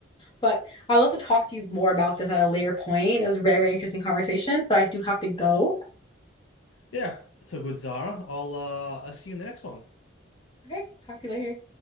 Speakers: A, on the left (about 25°); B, on the left (about 80°).
A: But I would love to talk to you more about this at a later point. It was a very, very interesting conversation, but I do have to go.
B: Yeah, that's a good Zara. I'll uh, I'll see you in the next one.
A: Okay, talk to you later.